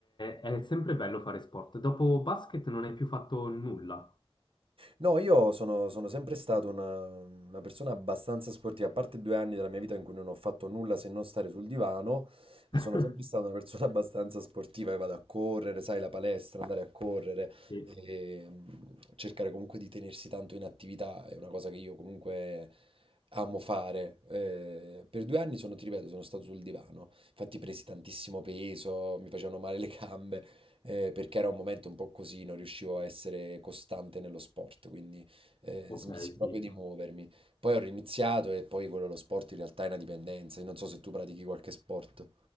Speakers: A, on the left; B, on the right.
A: è- è sempre bello fare sport. Dopo basket non hai più fatto nulla.
B: No, io sono, sono sempre stato una, una persona abbastanza sportiva, a parte due anni della mia vita in cui non ho fatto nulla se non stare sul divano, e
A: <laughs>
B: sono sempre stata una persona <laughs> abbastanza sportiva, che vado a correre, sai, la palestra, andare a correre,
A: Sì,
B: e mm, cercare comunque di tenersi tanto in attività è una cosa che io comunque amo fare. Eh, per due anni sono, ti ripeto, sono stato sul divano, infatti presi tantissimo peso, mi facevano male le gambe, eh, perché era un momento un po' così, non riuscivo a essere costante nello sport, quindi eh,
A: ok,
B: smisi
A: sì.
B: proprio di muovermi. Poi ho riniziato e poi quello lo sport in realtà è una dipendenza. Io non so se tu pratichi qualche sport.